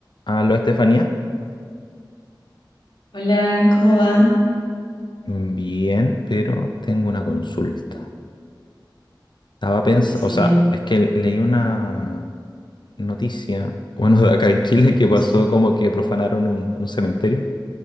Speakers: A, on the left; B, on the left.
A: Aló, Estefanía.
B: Hola, ¿cómo va?
A: Bien, pero tengo una consulta. Estaba pensando,
B: Decime.
A: o sea, es que leí una noticia, <laughs> bueno, de acá en Chile, que pasó
B: Sí.
A: como que profanaron un, un cementerio